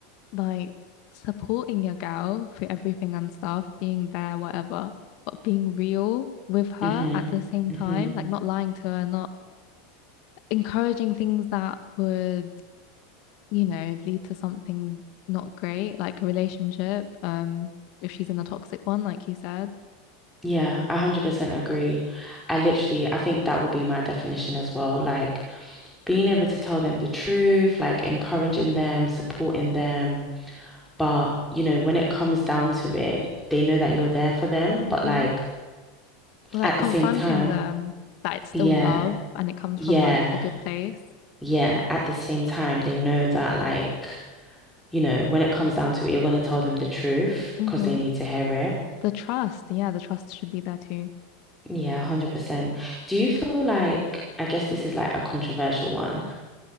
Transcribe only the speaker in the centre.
hmm
hmm
Yeah, I 100% agree. I literally, I think that would be my definition as well. Like, being able to tell them the truth, like, encouraging them, supporting them. But, you know, when it comes down to it, they know that you're there for them.
But like
at
the same time,
yeah,
yeah,
yeah. At the same time, they know that like, you know, when it comes down to it, you're gonna tell them the truth
because they need to hear it.
Yeah, 100%. Do you feel like, I guess this is like a controversial one.